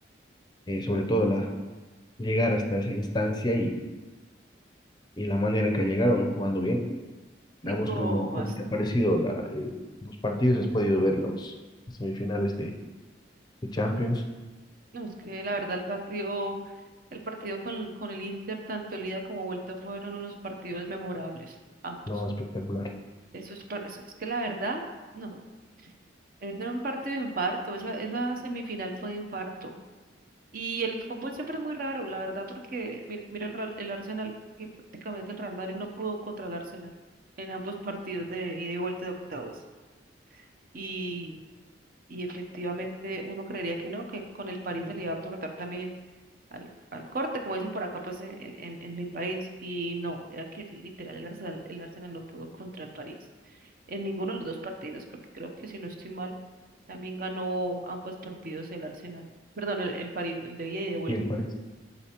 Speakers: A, on the left; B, on the right.
A: eh, sobre todo la llegar hasta esa instancia y, y la manera en que llegaron, ¿no? Jugando bien.
B: Y
A: ¿A vos
B: no
A: cómo, cómo
B: más.
A: te ha parecido la, eh, los partidos? ¿Has podido ver los semifinales de, de Champions?
B: No, es que la verdad el partido El partido con, con el Inter, tanto el ida como vuelta, fueron unos partidos memorables, ambos.
A: No, espectacular.
B: Eso es, par- eso- es que la verdad, no, ese era un partido de infarto, esa, esa semifinal fue de infarto. Y el fútbol siempre es muy raro, la verdad, porque mira, mira el, Ra- el Arsenal, que prácticamente el Real Madrid no pudo contra el Arsenal en ambos partidos de ida y vuelta de octavos. Y, y efectivamente uno creería que no, que con el París se le iba a aportar también al, al corte, como dicen por acá, pues en, en, en mi país. Y no, era que literal el Arsenal, el Arsenal no pudo contra el París en ninguno de los dos partidos, porque creo que si no estoy mal, también ganó ambos partidos el Arsenal, perdón, el, el París, el de ida y de vuelta.
A: Sí, el París.